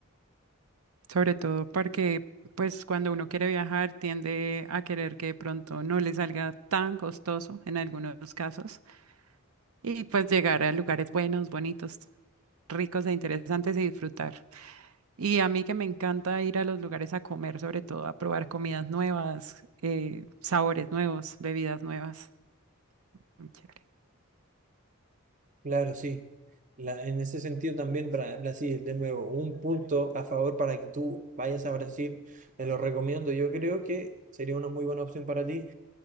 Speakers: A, on the right (about 80°); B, on the right (about 35°).
A: sobre todo porque pues cuando uno quiere viajar tiende a querer que de pronto no le salga tan costoso en algunos casos y pues llegar a lugares buenos, bonitos, ricos e interesantes y disfrutar. Y a mí que me encanta ir a los lugares a comer, sobre todo a probar comidas nuevas, eh, sabores nuevos, bebidas nuevas. Muy chévere.
B: Claro, sí. La- en ese sentido también Bra- Brasil, de nuevo, un punto a favor para que tú vayas a Brasil, te lo recomiendo, yo creo que sería una muy buena opción para ti